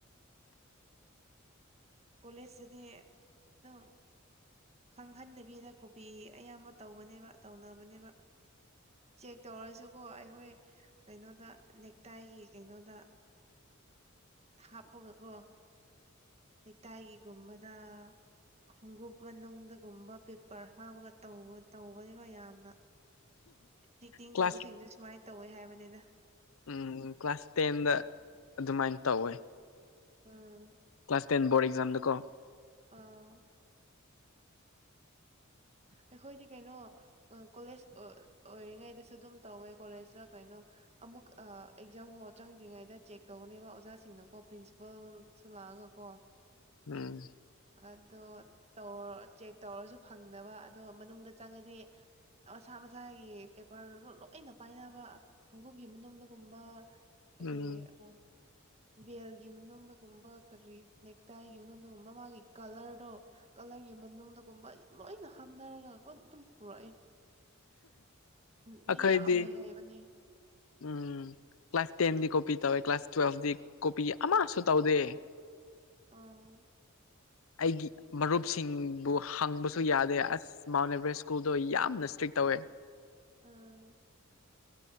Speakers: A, on the right; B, on the left.
A: ꯀꯣꯂꯦꯖ ꯇꯗꯤ ꯑꯗꯨꯝ ꯈꯪꯍꯟꯗꯕꯤꯗ ꯀꯣꯄꯤ ꯑꯌꯥꯝꯕ ꯇꯧꯕꯅꯦꯕꯥ ꯇꯧꯅꯕꯅꯦꯕꯥ ꯆꯦꯛ ꯇꯧꯔꯁꯨꯀꯣ ꯑꯩꯈꯣꯏ ꯀꯩꯅꯣꯗ ꯅꯦꯛꯇꯥꯏꯒꯤ ꯀꯩꯅꯣꯗ ꯍꯥꯞꯄꯒꯀꯣ ꯅꯦꯛ ꯇꯥꯏꯒꯤꯒꯨꯝꯕꯗ ꯈꯣꯡꯒꯨꯞ ꯃꯅꯨꯡꯗꯒꯨꯝꯕ ꯄꯦꯄꯔ ꯍꯥꯞꯄꯒ ꯇꯧꯕ ꯇꯧꯕꯅꯦꯕ ꯌꯥꯝꯅ ꯆꯤꯇꯤꯡ
B: ꯀ꯭ꯂꯥꯁ
A: ꯇꯧꯕꯁꯤꯡꯗꯨ ꯁꯨꯃꯥꯏꯅ ꯇꯧꯋꯦ ꯍꯥꯏꯕꯅꯤꯗꯥ
B: ꯎꯝ ꯀ꯭ꯂꯥꯁ ꯇꯦꯟꯗ ꯑꯗꯨꯃꯥꯏꯅ ꯇꯧꯋꯦ
A: ꯑꯥ
B: ꯀ꯭ꯂꯥꯁ ꯇꯦꯟ ꯕꯣꯔꯗ ꯑꯦꯛꯖꯥꯝꯗꯀꯣ
A: ꯑꯥ
B: <inaudible>
A: ꯑꯩꯈꯣꯏꯗꯤ ꯀꯩꯅꯣ ꯑ ꯀꯣꯂꯦꯖ ꯑ ꯑꯣꯏꯔꯤꯉꯩꯗꯁꯨ ꯑꯗꯨꯝ ꯇꯧꯋꯦ ꯀꯣꯂꯦꯖꯇ ꯀꯩꯅꯣ ꯑꯃꯨꯛ ꯑꯥ ꯑꯦꯛꯖꯥꯝ ꯍꯣꯜ ꯆꯪꯗ꯭ꯔꯤꯉꯩꯗ ꯆꯦꯛ ꯇꯧꯒꯅꯦꯕ ꯑꯣꯖꯥꯁꯤꯡꯅꯀꯣ ꯄ꯭ꯔꯤꯟꯁꯤꯄꯜꯁꯨ ꯂꯥꯛꯑꯒꯀꯣ
B: ꯎꯝ
A: ꯑꯗꯣ ꯇꯧꯔ ꯆꯦꯛ ꯇꯧꯔꯁꯨ ꯐꯪꯗꯕ ꯑꯗꯣ ꯃꯅꯨꯡꯗ ꯆꯪꯉꯗꯤ ꯃꯁꯥ ꯃꯁꯥꯒꯤ ꯄꯦꯄꯔꯗꯨ ꯂꯣꯏꯅ ꯄꯥꯏꯅꯕ ꯈꯣꯡꯒꯨꯞꯒꯤ ꯃꯅꯨꯡꯗꯒꯨꯝꯕ ꯀꯩ
B: ꯎꯝ
A: ꯑꯥ ꯕꯦꯜꯒꯤ ꯃꯅꯨꯡꯗꯒꯨꯝꯕ ꯀꯔꯤ ꯅꯦꯛꯇꯥꯏꯒꯤ ꯃꯅꯨꯡꯗꯒꯨꯝꯕ ꯃꯥꯒꯤ ꯀꯂꯔꯗꯣ ꯀ ꯀꯂꯔꯒꯤ ꯃꯅꯨꯡꯗꯒꯨꯝꯕ ꯂꯣꯏꯅ ꯍꯥꯞꯅꯔꯒꯒꯣ ꯑꯗꯨꯝ ꯄꯨꯔꯛꯑꯦ ꯑ ꯃꯤ
B: ꯑꯩꯈꯣꯏꯗꯤ
A: ꯌꯥꯝ ꯍꯩ ꯍꯩꯕꯅꯦ
B: ꯎꯝ ꯀ꯭ꯂꯥꯁ ꯇꯦꯟꯗꯤ ꯀꯣꯄꯤ ꯇꯧꯌꯦ ꯀ꯭ꯂꯥꯁ ꯇꯨꯋꯦꯜꯐꯗꯤ ꯀꯣꯄꯤ ꯑꯃꯥꯁꯨ ꯇꯧꯗꯦ <inaudible>
A: ꯑꯥ
B: ꯑꯩꯒꯤ ꯃꯔꯨꯞꯁꯤꯡꯕꯨ ꯍꯪꯕꯁꯨ ꯌꯥꯗꯦ ꯑꯁ ꯃꯥꯎꯟ ꯑꯦꯕ꯭ꯔꯦꯁ ꯁ꯭ꯀꯨꯜꯗꯣ ꯌꯥꯝꯅ ꯁꯇ꯭ꯔꯤꯛ ꯇꯧꯋꯦ
A: ꯑꯥ